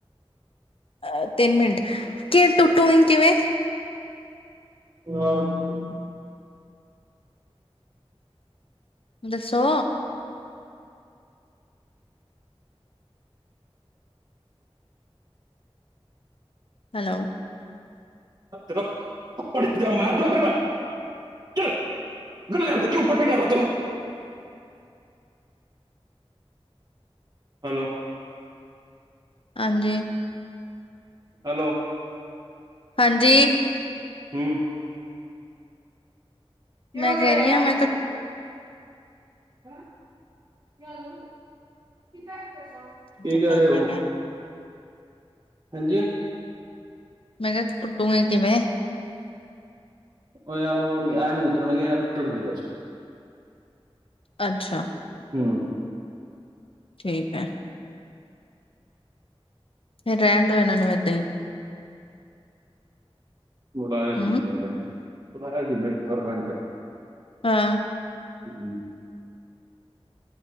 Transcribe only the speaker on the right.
ਯਾਰ ਤੁਸੀ
<unintelligible> ਚਲ ਗਨਿਆ ਕਿਓਂ ਪਕੜੇ ਓ‌ਤਨੇ ਹੈਲੋ।
ਹੈਲੋ।
ਹੂੰ ਕਿਓ,
ਲੜਿਆ
ਏ ਮਾਸੀ
ਨਾਲ। <unintelligible>
ਰਹੇ
ਹੋ ਗਿਆ।
ਆ ਯਾਰ ਆ ਨੀ, ਉਤਰਣਗੇ ਟੁੱਟਣ, ਜਸਟ
ਹੂੰ
ਬੁਲਾਇਆ ਸੀ।
ਮੈਂ ਕਾਰਪੈਂਟਰ ਬੁਲਾਇਆ ਸੀ, ਮੈਂ ਕਾਰਪੈਂਟਰ।
ਹੂੰ